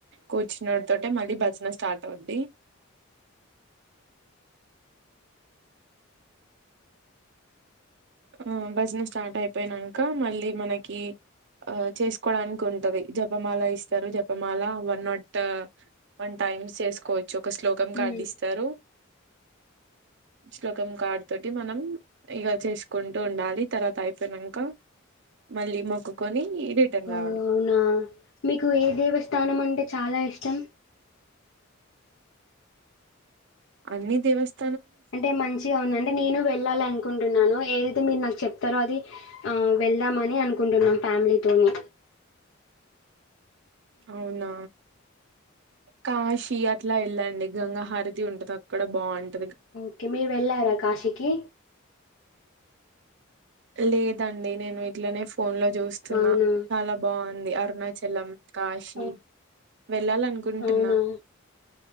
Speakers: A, on the right (about 60°); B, on the left (about 65°).
A: కూర్చు నోట్ తోటి మళ్ళీ భజన స్టార్ట్ అవుద్ది. ఆ భజన స్టార్ట్ అయిపోయినంక మళ్ళీ మనకి ఆ చేసుకోవడానికి ఉంటది. జపమాల ఇస్తారు జపమాల వన్ నాట్ వన్ట టైమ్స్ చేసుకోవచ్చు ఒక శ్లోకం
B: హ్మ్.
A: కార్డిస్తరు. శ్లోకం కార్డ్ తోటి మనం ఇక చేసు కుంటూ ఉండాలి తర్వాత అయిపోయినాక మళ్ళీ మొక్కుకొని రిటర్న్
B: ఓ
A: రావడం
B: అవునా మీకు ఏ దేవస్థానం అంటే చాలా ఇష్టం
A: అన్ని దేవస్థా
B: అంటే మంచిగా ఉంది అంటే నేను వెళ్ళాలినుకు అనుకుంటున్నాను ఏదైతే మీరు నాకు చెప్తారో అది ఆ వెళ్దామని అనుకుంటున్నాం ఫ్యామిలీతోోని
A: అవునా కాశీ అట్లా వెళ్ళండి గంగాహారతి ఉంటుది అక్కడ బాగుంటుంది
B: ఓకే మీరు వెళ్ళారా కాశీకి
A: లేదండి నేను ఇట్లనే ఫోన్ లో చూస్తున్నా
B: అవునా!
A: చాలా బాగుంది అ ఆరుణాచలం కాశీ
B: ఆ!
A: వెళ్ళాలనుకుంటున్నా
B: అవునా!